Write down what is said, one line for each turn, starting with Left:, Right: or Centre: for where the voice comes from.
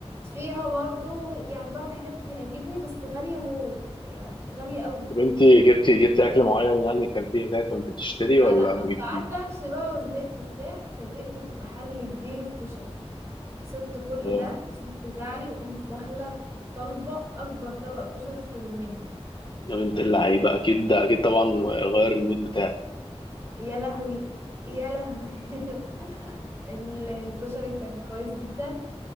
Right: فيها برضو يعني بعض حاجات تعجبني بس غالية موت يعني غالية قوي
Left: طب أنت جبتي جبتي أكل معين يعني أكلتيه هناك وأنت بتشتري
Right: فلا
Left: ولا ما جبتيه؟
Right: فقعدت امشي بقى وزهقت وبتاع فلقيت محل كبير كشري سبت كل
Left: اه
Right: ده وسبت زعلي وقمت داخلة طالبة أكبر طبق كشري في المنيو
Left: ده بنت اللعيبة أكيد ده أكيد طبعا غير المود بتاعك
Right: يا لهوي يا لهوي <laughs> ال- الكشري كان كويس جدا